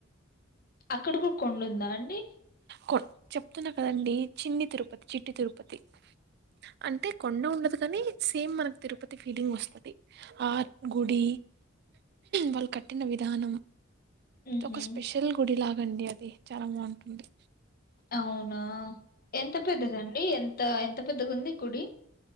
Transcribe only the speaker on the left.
అక్కడ కూ కొండా ఉందా అండి
హుహు.
అవునా ఎంత పెద్దదండి ఎం త ఎంత పెద్దగా ఉంది గుడి